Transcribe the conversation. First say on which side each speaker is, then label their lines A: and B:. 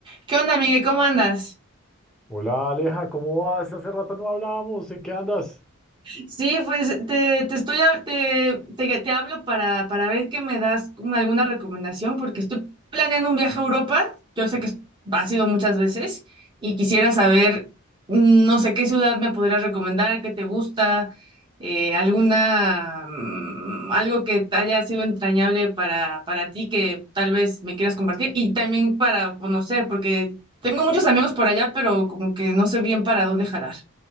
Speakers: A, on the right; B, in the centre.
A: ¿Qué onda, Miguel? ¿Cómo andas?
B: Hola Aleja, ¿cómo vas? Hace rato no hablábamos, ¿en qué andas?
A: Sí, pues te, te estoy hab- te, te, te hablo para, para ver que me das como alguna recomendación, porque estoy planeando un viaje a Europa. Yo sé que es- has ido muchas veces y quisiera saber, mm, no sé, qué ciudad me podrías recomendar, qué te gusta, eh, alguna, mm, algo que te haya sido entrañable para, para ti que tal vez me quieras compartir y también para conocer, porque tengo muchos amigos por allá, pero como que no sé bien para dónde jalar.